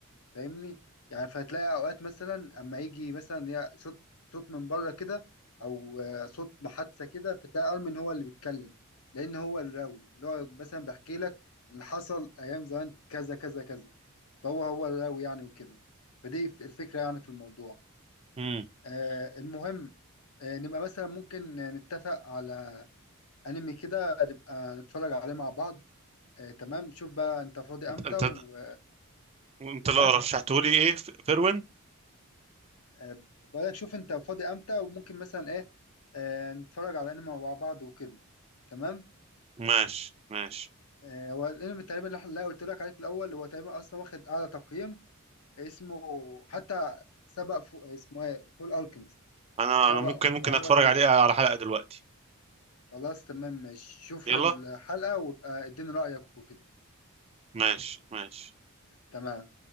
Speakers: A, on the left (about 80°); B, on the right (about 25°).
A: فاهمني يعني فهتلاقي اوقات مثلا اما يجي مثلا يا صوت صوت من بره كده او آه، صوت محادثه كده فتلاقي ارمن هو اللي بيتكلم لان هو الراوي اللي هو مثلا بيحكي لك اللي حصل ايام زمان كذا كذا كذا فهو هو الراوي يعني وكده فدي الفكرة يعني في الموضوع
B: امم
A: آه المهم آه نبقى مثلا ممكن نتفق على أنمي كده نبقى نتفرج عليه مع بعض آه تمام شوف بقى أنت فاضي
B: انت
A: أمتى
B: انت
A: و
B: انت لو
A: آه
B: رشحته لي ايه ف- فروين
A: آه، بقولك شوف أنت فاضي أمتى وممكن مثلا إيه آه نتفرج على أنمي مع بعض وكده تمام
B: ماشي ماشي
A: آه هو الأنمي تقريبا اللي إحنا- اللي أنا قلت لك عليه في الأول هو تقريبا أصلا واخد أعلى تقييم اسمه حتى سبق فو اسمه إيه فول ألكيميست
B: انا
A: سبقه
B: انا ممكن ممكن
A: بقى
B: اتفرج
A: هو الأول
B: عليه على حلقه دلوقتي
A: خلاص تمام ماشي شوف
B: يلا
A: الحلقة وابقى اديني رأيك وكده
B: ماشي ماشي
A: تمام